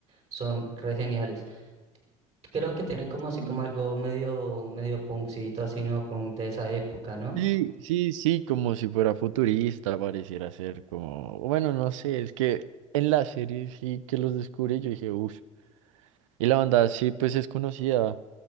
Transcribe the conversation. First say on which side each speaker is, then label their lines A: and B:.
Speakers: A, on the right (about 40°); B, on the right (about 70°).
A: son re geniales. Creo que tienen como así
B: Mm.
A: como algo medio, medio punkcito, así no punk de esa época, ¿no?
B: Sí, sí, sí, como si fuera futurista, pareciera ser como, bueno, no sé, es que en la serie sí que los descubrí, yo dije, uff, y la banda sí, pues es conocida,